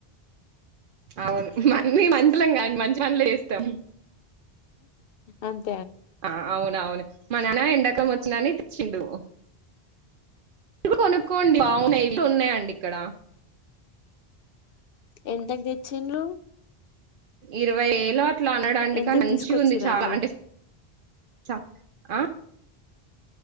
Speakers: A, on the right; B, on the left.
A: అవును మేము మనుషులం కాద్ మంచి పనులే చేస్తాం.
B: అంత్
A: ఆ అవునువును మనాన ఇందాక నీ తెచ్చిండు అది కొనుక్కోండి అవునా ఇట్లున్నాయండి ఇక్కడ
B: ఎంతక్ తెచ్చిండ్రు
A: ఇరవై ఏలు అట్లా అన్నడండి
B: ఎంతకు
A: కని మంచిగుంది
B: తీసుకొచ్చిరండి
A: చాలా అంటె చ అ